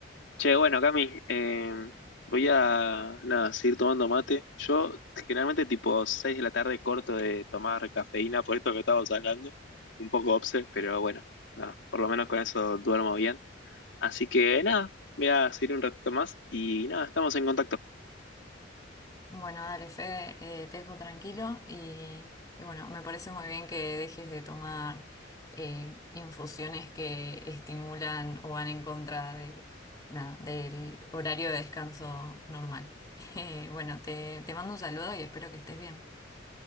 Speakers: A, on the left; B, on the left.
A: Che, bueno, Cami, eh, voy a nada, seguir tomando mate. Yo generalmente tipo 6 de la tarde corto de tomar cafeína por esto que estábamos hablando. Un poco obse, pero bueno, nada, por lo menos con eso duermo bien. Así que nada, voy a seguir un ratito más y nada, estamos en contacto.
B: Bueno, dale, Fede, eh, te dejo tranquilo y, y bueno, me parece muy bien que dejes de tomar eh, infusiones que estimulan o van en contra de, nada, del horario de descanso normal. <laughs> Eh, bueno, te, te mando un saludo y espero que estés bien.